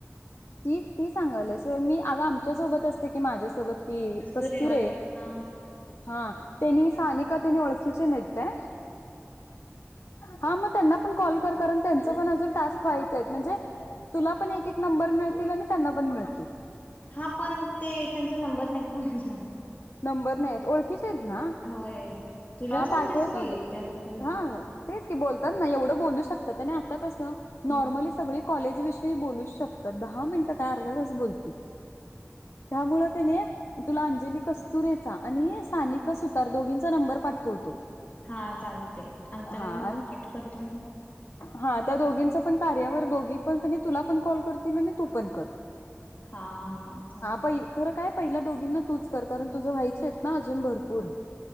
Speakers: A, on the left (about 70°); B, on the left (about 35°).
A: ती ती सांगत आहेस होय अग आमच्या सोबत असते की माझ्यासोबत ती
B: कस्तुरी
A: कस्तूरी
B: होय
A: आहे
B: हा.
A: हा त्यांनी सानिका त्यांनी ओळखीचे नेत काय हा मग त्यांना पण कॉल कर कारण त्यांच पण अजून टास्क व्हायचं आहे म्हणजे तुला पण एक एक नंबर मिळतील आणि त्यांना पण मिळतील
B: हा पण ते त्यांचा नंबर नाहीत ना माझ्या
A: नंबर नाही आहेत ओळखीच आहेत ना
B: होय तुझ्यासारखेच
A: हा पाठवतो
B: की त्यांनी पण
A: हा तेच की बोलतात ना एवढं बोलू शकतात आणि आता कसं नॉर्मली
B: हम्म
A: सगळी कॉलेज विषयी बोलू शकतात दहा मिनट काय अर्धातं बोलत त्यामुळ का नाही तुला अंजली कस्तुरेचा आणि सानिकसतार दोघींचा नंबर पाठवतो
B: हा चालते आणि त्यांना
A: हा
B: मी
A: आणि
B: कॉन्टॅक्ट करतो
A: हा त्या दोघींचा पण कार्यावर दोघी पण तुला पण कॉल करतील आणि तू पण कर
B: हा हा चालते
A: पहि खरं काय पहिला दोघींना तूच कर कारण तुझं व्हायच आहेत ना अजून भरपूर